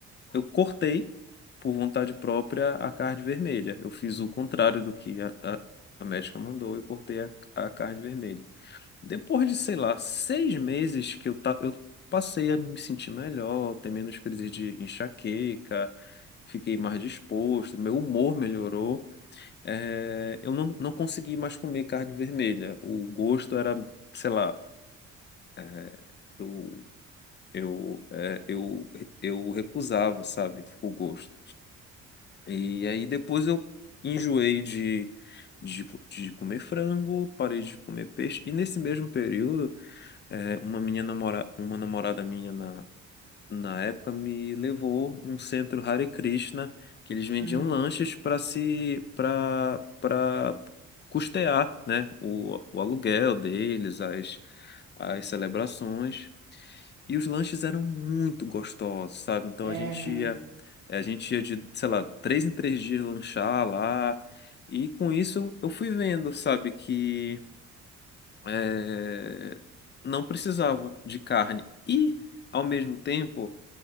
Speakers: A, on the left; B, on the right.
A: eu cortei, por vontade própria, a carne vermelha. Eu fiz o contrário do que a, a, a médica mandou, e cortei a, a carne vermelha. Depois de, sei lá, seis meses que eu, ta... eu passei a me sentir melhor, ter menos crise de enxaqueca, fiquei mais disposto, meu humor melhorou. É, Eu não, não consegui mais comer carne vermelha. O gosto era, sei lá, é, eu, eu, é, eu, eu recusava, sabe, o gosto. E aí depois eu enjoei de, de, co- de comer frango, parei de comer peixe, e nesse mesmo período. É, uma minha namora... uma namorada minha na... na época me levou num centro Hare Krishna, que eles vendiam
B: uhum.
A: lanchas para se para para custear, né, o... o aluguel deles, as as celebrações. E os lanches eram muito gostosos, sabe? Então
B: É,
A: a gente
B: né?
A: ia a gente ia de, sei lá, três em três dias lanchar lá. E com isso eu fui vendo, sabe, que é, não precisava de carne. E, ao mesmo tempo,